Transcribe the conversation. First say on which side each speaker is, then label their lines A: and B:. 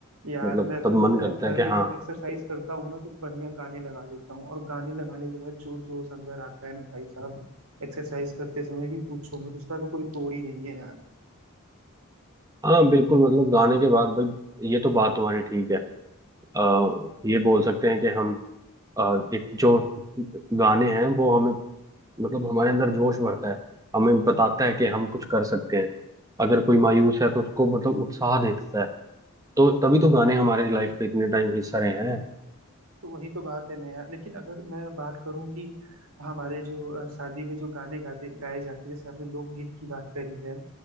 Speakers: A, on the right; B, on the right.
A: यार
B: मतलब
A: मैं तो
B: तब
A: पता
B: मन करता
A: है घर
B: है कि
A: में
B: हाँ
A: जब एक्सरसाइज करता हूँ ना तो बढ़िया गाने लगा लेता हूँ और गाने लगाने के बाद जो जोश अंदर आता है ना भाई साहब एक्सरसाइज करते समय कि पूछो मत उसका तो कोई तोड़ ही नहीं है यार
B: हाँ बिल्कुल मतलब गाने के बाद भाई ये तो बात तुम्हारी ठीक है आ, ये बोल सकते हैं कि हम अ, एक जो गाने हैं वो हमें मतलब हमारे अंदर जोश भरता है हमें बताता है कि हम कुछ कर सकते हैं अगर कोई मायूस है तो उसको मतलब उत्साह देता है तो तभी तो गाने हमारे लाइफ का इतने टाइम हिस्सा रहे हैं
A: तो वही तो बात है ना यार लेकिन अगर मैं बात करूं कि हमारे जो अ, शादी में जो गाने गाते गाए जाते हैं जैसे आपने लोकगीत की बात करी है